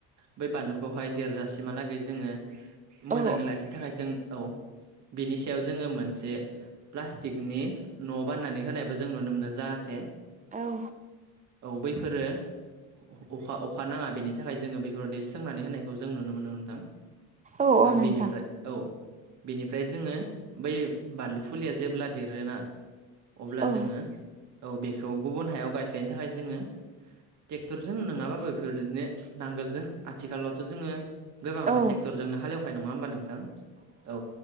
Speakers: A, on the right (about 50°); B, on the right (about 20°).
A: बै बानलुखौहाय देरजासिमहालागै जोङो मोजाङै
B: औ
A: लाखिनो थाखाय जों औ बिनि सायाव जोङो मोनसे प्लास्टिकनि न' बान्नानै होनायबो जों नुनो मोनो जाहाथे
B: औ
A: ओ औ बैफोरो अखा अखा नाङा बेनि थाखाय जोङो बेफोरबायदि सोंनानै होनायखौ जों नुनो मोनो नोंथां‌।
B: औ औ नोंथां
A: बेनिफ्राय औ। बेनिफ्राय जोङो बै बानलु फुलिया जेब्ला देरोना अब्ला
B: औ
A: जोङो औ बेखौ गुबुन हायाव गायस्लायनो थाखाय जोङो ट्रेक्टर जों नङाबाबो बेफोरदिनो नांगोलजों आथिखालावथ' जोङो गोबाङानो
B: औ
A: ट्रेक्टरजोंनो हालेवखायो नङा होमबा नोंथां? औ